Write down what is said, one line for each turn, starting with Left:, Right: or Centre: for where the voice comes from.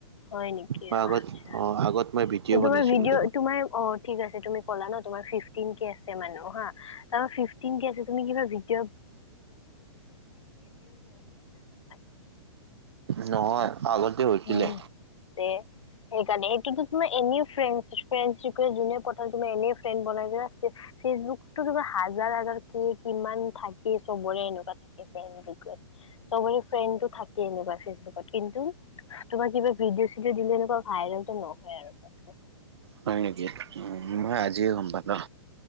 Left: হয় নেকি
Right: মই আগত
Left: আচ্ছা।
Right: অ, আগত মই ভিডিঅ'
Left: ত, তোমাৰ
Right: বনাইছিলোঁ
Left: ভিডিঅ' তোমাৰ অ, ঠিক আছে, তুমি কলা ন তমাৰ ফিফটিন কে আছে মানা ত ফিফ্টিন কে আছে তুমি কিবা ভিদ <unintelligible>
Right: নহয়। আগতে হৈছিলে।
Left: উ, সেইকাৰণে, সেইটোতো তোমাৰ এনে ফ্ৰ, ফ্ৰ, যোনে প, তুমি এনেই ফ্ৰেড বনাই ফেচবুকতো তমাৰ হাজ কিমান থাকে, চবৰে এনেকুৱা থাকে। চবৰে ফ্ৰেণ্ডটো থাকে, এনেকুৱা ফেচবুকত কিন্তু তোমাক কিবা ভিডিঅ' চিড দিলে এনেকুৱা ভাইৰেলটো নহয় আৰু ফেচবুকত।
Right: হয়, নেকি মই আজিয়ে গম পালো।